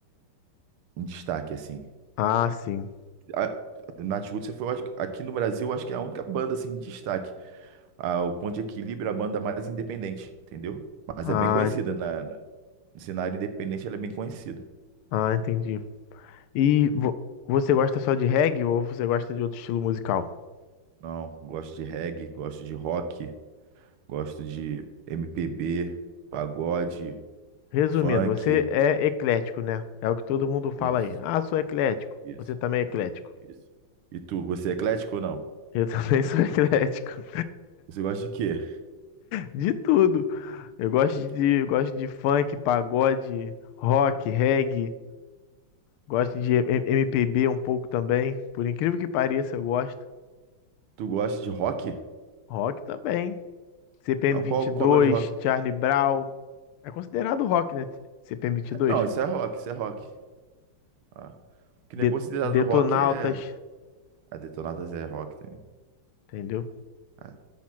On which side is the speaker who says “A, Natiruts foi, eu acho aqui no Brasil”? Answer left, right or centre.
Right